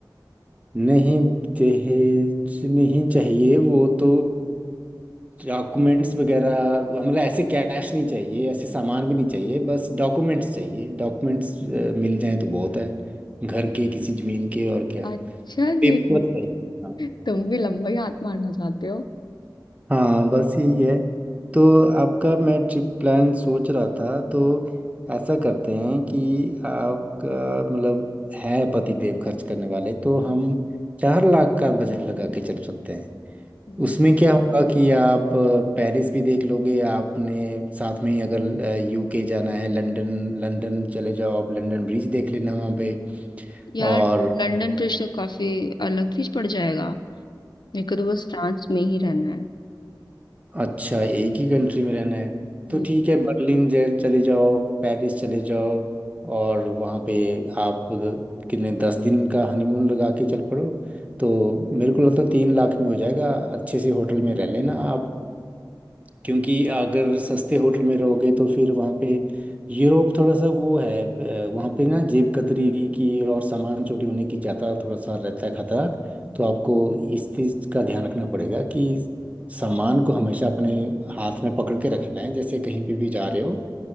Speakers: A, on the right; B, on the left.
A: नहीं दहेज नहीं चाहिए वो तो डॉक्यूमेंट्स वगैरह मतलब ऐसे कैश नहीं चाहिए ऐसे सामान भी नहीं चाहिए बस डॉक्यूमेंट्स चाहिए डॉक्यूमेंट्स मिल जाएं तो बहुत है घर के किसी जमीन के और क्या
B: अच्छा
A: पेपर
B: जी
A: है हाँ
B: <laughs> तुम भी लंबा ही हाथ मारना चाहते हो
A: हाँ, बस यही है तो आपका मैं ट्रिप प्लान सोच रहा था तो ऐसा करते हैं कि आपका मतलब है पति देव खर्च करने वाले तो हम चार लाख का बजट लगा के चल सकते हैं
B: हम्म
A: उसमें क्या होगा कि आप अ, पेरिस भी देख लोगे आपने साथ में ही अगर यूके जाना है लंदन लंदन चले जाओ आप लंदन ब्रिज देख लेना वहाँ पे
B: यार
A: और
B: लंदन ब्रिज तो काफी अलग चीज पड़ जाएगा मेरे को तो बस फ्रांस में ही रहना है
A: अच्छा एक ही कंट्री में रहना है तो
B: हम्म
A: ठीक है बर्लिन जे- चले जाओ पेरिस चले जाओ और वहाँ पे आप उधर कितने दस दिन का हनीमून लगा के चल पड़ो तो मेरे को लगता है तीन लाख में हो जाएगा अच्छे से होटल में रह लेना आप क्योंकि अगर सस्ते होटल में रहोगे तो फिर वहाँ पे यूरोप थोड़ा सा वो है अ, वहाँ पे ना जेब कतरी की और सामान चोरी होने की ज़्यादा थोड़ा सा रहता है खतरा तो आपको इस चीज़ का ध्यान रखना पड़ेगा कि सामान को हमेशा अपने हाथ में पकड़ के रखना है जैसे कहीं पे भी जा रहे हो